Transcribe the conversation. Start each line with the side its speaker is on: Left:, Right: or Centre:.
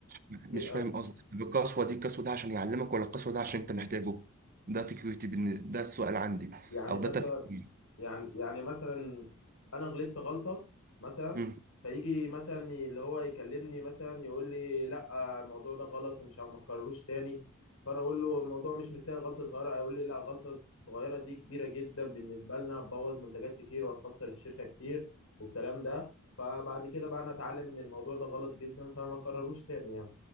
Right: مش
Left: كتير قوي
Right: فاهم قصدك القسوه دي القسوه ده عشان يعلمك ولا القسوه ده عشان انت محتاجه ده فكرتي بن... ده السؤال عندي
Left: يعني
Right: او
Left: مثلا
Right: ده تفكيري
Left: يعني يعني مثلا انا غلطت غلطه مثلا
Right: مم.
Left: فيجي مثلا اللي هو يكلمني مثلا يقول لي لا الموضوع ده غلط ومش ما تكرروش تاني فانا اقول له الموضوع مش مستاهل غلطه صغيره يقول لي لا غلطه صغيره دي كبيره جدا بالنسبه لنا هتبوظ منتجات كتير وهتخسر الشركه كتير والكلام ده فبعد كده بقى انا اتعلم ان الموضوع ده غلط جدا فما كرروش تاني يعني